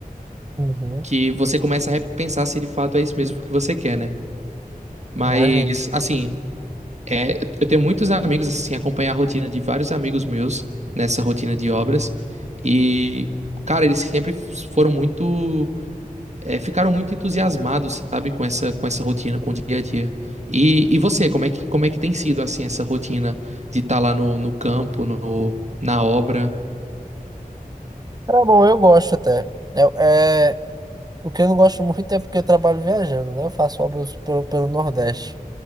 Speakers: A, on the right; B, on the right.
A: uhum,
B: que você começa a repensar se de fato é isso mesmo que você quer, né? Mas,
A: imagino.
B: assim, É, eu tenho muitos amigos, assim, acompanhar a rotina de vários amigos meus nessa rotina de obras. E, cara, eles sempre f- foram muito, é, ficaram muito entusiasmados, sabe, com essa, com essa rotina, com o dia a dia. E, e você, como é que, como é que tem sido, assim, essa rotina de estar lá no, no campo, no, na obra?
A: Era bom, eu gosto até. É, é, o que eu não gosto muito é porque eu trabalho viajando, né? Eu faço obras pelo, pelo Nordeste.